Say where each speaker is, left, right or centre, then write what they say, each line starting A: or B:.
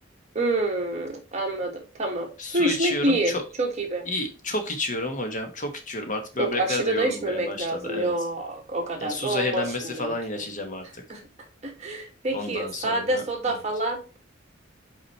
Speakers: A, on the right; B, on the left.
A: Hmm. Anladım. Tamam.
B: Su
A: Su içmek
B: içiyorum
A: iyi.
B: çok
A: Çok iyi be.
B: iyi çok içiyorum hocam. Çok içiyorum. Artık
A: Çok
B: böbrekler
A: aşırı
B: de yorulmaya
A: da içmemek
B: başladı.
A: lazım.
B: Evet.
A: Yok, o kadar
B: Ya su
A: da olmaz
B: zehirlenmesi
A: şimdi
B: falan
A: lütfen.
B: yaşayacağım artık.
A: <laughs> Peki
B: Ondan
A: sade
B: sonra
A: soda
B: evet.
A: falan.